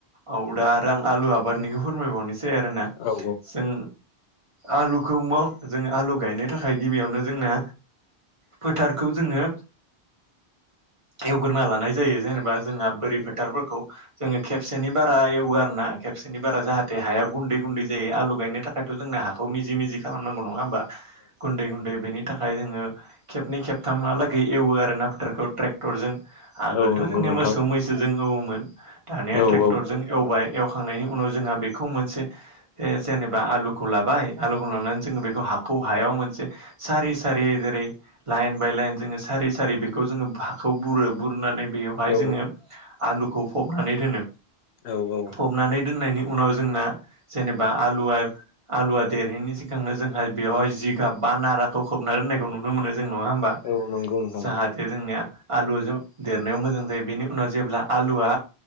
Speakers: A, on the right; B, on the left.
A: औ दा आरो आं आलु आबादनिखौ फोरमायबावनि सै आरोना
B: औ औ
A: जों आलुखौ माव जों आलु गायनो थाख खाय गिबियावनो जोंना फोथारखौ जोङो एवग्रोना लानाय जायो जेनेबा जोंहा बोरि फोथारफोरखौ जोङो खेबसेनि बारा एवो आरोना खेबसेनि बारा जाहाथे हाया गुन्दै गुन्दै जायो आलु गायनो थाखायथ' जोंनो हाखौ मिजि मिजि खालामनांगौ नङा बा गुन्दै गुन्दै बेनि थाखाय जोङो खेबनै खेबथामहालागै एवो आरो ना फोथारखौ ट्रेक्टरजों आगोलथ'
B: औ नंगौ
A: जोंनिया
B: नोंथां
A: मोसौ मैसोजों औमोन दानिया
B: औ
A: ट्रेक्टरजों
B: औ
A: एवबाय एवखांनायनि उनाव जोंहा बेखौ मोनसे ए जेनेबा आलुखौ लाबाय आलुखौ लानानै जोङो बेखौ हा खौ हायाव मोन से सारि सारि जेरै लाइन बाय लाइन जोङो सारि सारि बेखौ जोङो हाखौ बुरो बुरनानै बेयावहाय
B: औ
A: जोङो आलुखौ फबनानै दोन
B: औ औ
A: फबनानै दोन्नायनि उनाव जोंना जेनेबा आलुवा आलुवा देरैनि सिगांनो जोंहा बेहाय जि खा बा नाराखौ खोबना दोननायखौ नुनो मोनो जों नङा होमबा?
B: औ नंगौ नोंथां
A: जाहाथे जोंनिया आलुजों देरनायाव मोजां जायो बेनि उनाव जेब्ला आलुआ